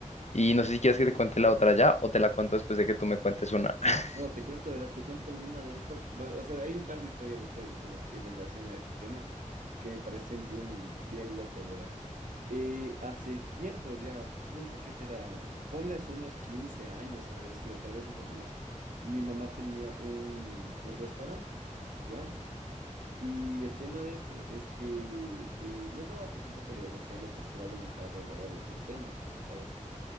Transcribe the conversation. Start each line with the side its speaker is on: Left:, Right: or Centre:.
Left: Y no sé si quieres que te cuente la otra ya o te la cuento después de que tú me cuentes una. <clears throat>
Right: No, te cuento, verás, te cuento una de estas. va- O sea, hay un par de historias de este, en relación a este tema que me parecen bien, bien locos, verás. Eh, hace tiempos ya, punta, ¿qué será? Ponle hace unos 15 años, ha de haber sido, tal vez un poco más. Mi mamá tenía un, un restaurante, ¿ya? Y el tema de eso es que eh, nos daba pues un poco de recelo, pues que vayan a entrar alrededores y el tema, pues ya sabes que